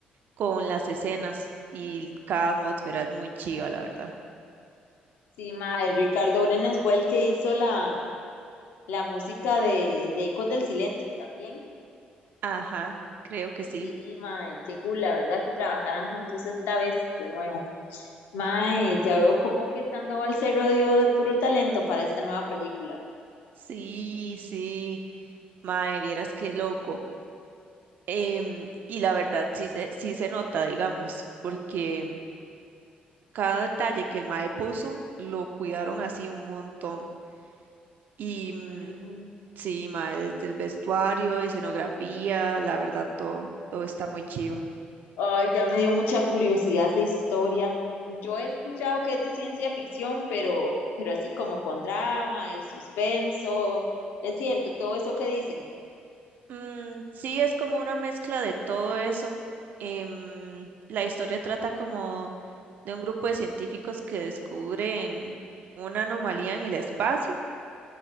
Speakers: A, on the right; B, on the left.
A: con las escenas y cada atmósfera es muy chiva, la verdad.
B: Sí, mae. Ricardo Brenes fue el que hizo la, la música de, de Ecos del Silencio también.
A: Ajá, creo que sí.
B: Sí, mae, qué cool, la verdad que trabajaran juntos esta vez de nuevo. Mae, ya veo como que Sandoval se rodeó de puro talento para esta nueva película.
A: Sí, sí. Mae, vieras qué loco. Em, y la verdad sí, se- sí se nota, digamos, porque cada detalle que el mae puso lo cuidaron así un montón. Y mm,
B: Mm,
A: sí, mae, desde el vestuario, escenografía, la verdad, todo, todo está muy chiva.
B: Ay, ya me dio mucha curiosidad esa historia. Yo he escuchado que es de ciencia ficción, pero, pero así como con drama y suspenso. Es cierto, todo eso que dicen.
A: Mm, sí, es como una mezcla de todo eso. Em, la historia trata como de un grupo de científicos que descubren una anomalía en el espacio